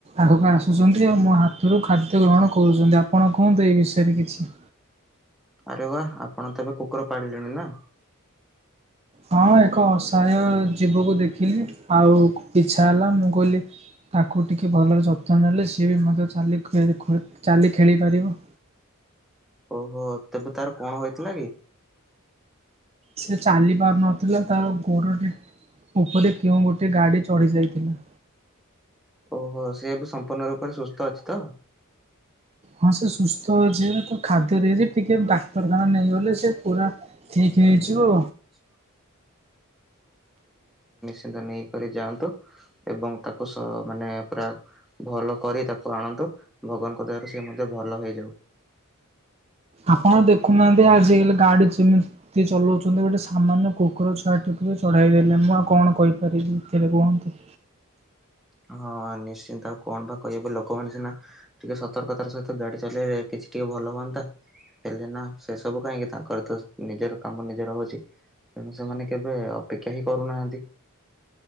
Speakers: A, on the right; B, in the centre.
A: ଆଗକୁ ଆସୁଛନ୍ତି ଆଉ ମୋ ହାତରୁ ଖା ଖାଦ୍ୟ ଗ୍ରହଣ କରୁଛନ୍ତି, ଆପଣ କୁହନ୍ତୁ ଏଇ ବିଷୟରେ କିଛି?
B: ଆରେ ବାୱ ଆପଣ ତ ଏବେ କୁକୁର ପାଳିଲେଣି ନା।
A: ହଁ ଏକ ଅସହାୟ ଜୀବକୁ ଦେଖିଲି ଆଉ ଇଚ୍ଛା ହେଲା, ମୁଁ କହିଲି ତାକୁ କୁ ଟିକିଏ ଭଲର ଯତ୍ନ ନେଲେ ସିଏ ବି ମଧ୍ୟ ଚାଲି ଚାଲି ଖେଳି ପାରିବ।
B: ଓହୋ ତେବେ ତାର କଣ ହେଥିଲା କି?
A: ସେ ଚାଲି ପାରୁନଥିଲା ତାର ଗୋଡ ଟିକ ଉପରେ କେଉଁ ଗୋଟେ ଗାଡି ଚଢି ଯାଇଥିଲା।
B: ଓହୋ ସେ ବି ସମ୍ପୂର୍ଣ୍ଣ ରୂପରେ ସୁସ୍ଥ ଅଛି ତ?
A: ହଁ ସେ ସୁସ୍ଥ ଅଛି ତ ଖାଦ୍ୟ ଦେଇଛି, ଟିକେ ଡାକ୍ତରଖାନା ନେଇଗଲେ ସେ ପୁରା ଠିକ। ହେଇଯିବ।
B: ହଁ। ନେଇକ ଯାଆନ୍ତୁ ଏବଂ ତାକୁ ସହ ମାନେ ପୁରା ଭଲ କରି ତାକୁ ଆଣନ୍ତୁ ଭଗବାନଙ୍କ ଦୟାରୁ ସେ ମଧ୍ୟ ଭଲ ହେଇଯାଉ।
A: ଆପଣ ଦେଖୁନାହାନ୍ତି, ଆଜିକାଲି ଗାଡି ଯେମିତି ଚଲାଉଛନ୍ତି ଗୋଟେ ସାମାନ୍ୟ କୁକୁର ଛୁଆ ଟକୁ ଚଢେଇ ଦେଲେ ମୁଁ ଆଉ କଣ କହିପାରିବି ଏଥିରେ କୁହନ୍ତୁ।
B: ହ <unintelligible> ହଁ ନିଶ୍ଚିନ୍ତ ଆଉ କଣ ବା କହିବ ଲୋକମାନେ ସିନା ଟିକେ ସତର୍କତାର ସହିତ ଗାଡି ଚଲେଇଲେ କିଛି ଟିକେ ଭଲ ହୁଅନ୍ତା। ହେଲେ ନା ସେ ସବୁ କାହିଁକି ତାଙ୍କର ତ ନିଜର କାମ ନିଜର ହଉଛି। ତେଣୁ ସେମାନେ କେବେ ଅପେକ୍ଷା ହିଁ କରୁନାହାନ୍ତି।